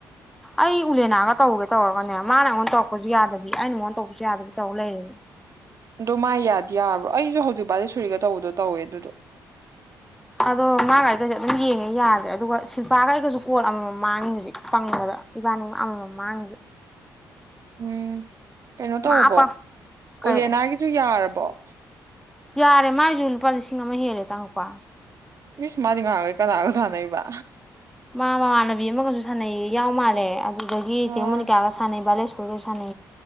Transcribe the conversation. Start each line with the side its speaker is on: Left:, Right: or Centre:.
Centre: ꯑꯩ ꯎꯂꯦꯅꯥꯒ ꯇꯧꯒꯦ ꯇꯧꯔꯒꯅꯦ ꯃꯥꯅ ꯑꯩꯉꯣꯟꯗ ꯇꯧꯔꯛꯄꯁꯨ ꯌꯥꯗꯕꯤ ꯑꯩꯅꯉꯣꯟꯗ ꯇꯧꯕꯁꯨ ꯌꯥꯗꯕꯤ ꯇꯧꯔ ꯂꯩꯔꯤꯅꯤ
Right: ꯑꯗꯨꯗꯣ ꯃꯥꯥꯏ ꯌꯥꯗ ꯌꯥꯔꯕ ꯑꯩꯁꯨ ꯍꯧꯖꯤꯛ ꯕꯥꯗꯤ ꯁꯔꯤꯒ ꯇꯧꯕꯗꯣ ꯇꯧꯦꯅꯦ <inaudible>
Centre: ꯑꯗꯣ ꯃꯥꯒ ꯑꯩꯒꯁꯦ ꯑꯗꯨꯝ ꯌꯦꯡꯉꯦ ꯌꯥꯗ꯭ꯔꯦ ꯑꯗꯨꯒ ꯁꯤꯜꯄꯥꯥꯒ ꯑꯩꯒꯁꯨ ꯀꯣꯜ ꯑꯃꯃꯝ ꯃꯥꯡꯉꯤ ꯍꯧꯖꯤꯛ ꯄꯪꯕꯗ ꯏꯕꯥꯅꯤꯒ ꯑꯃꯃꯝ ꯃꯥꯡꯉꯤꯁꯦ
Right: ꯎꯝ ꯀꯩꯅꯣ ꯇꯧꯔꯕꯣ
Centre: ꯃꯥ ꯄꯪ ꯀꯩ
Right: ꯎꯂꯦꯅꯥꯒꯤꯁꯨ ꯌꯥꯔꯕ ꯄ
Centre: ꯌꯥꯔꯦ ꯃꯥꯏꯁꯨ ꯂꯨꯄꯥ ꯂꯤꯁꯤꯡ ꯑꯃ ꯍꯦꯜꯂꯦ ꯇꯪꯉꯛꯄ
Right: ꯏꯁ ꯃꯥꯗꯤ ꯉꯦ ꯀꯗꯒꯁꯨꯅ ꯏꯕ
Centre: ꯃꯥ ꯃꯥ ꯃꯥꯅ ꯕꯤ ꯑꯃꯒ ꯁꯥꯟꯅꯩ ꯌꯥꯎ ꯃꯥꯜꯂꯦ ꯑꯗꯨꯗꯒꯤ
Right: ꯑꯥ
Centre: ꯆꯦꯡꯃꯟ ꯀꯥꯒ ꯁꯥꯟꯅꯩ ꯕꯥꯜꯂꯦ ꯁꯨꯜꯒꯁꯅ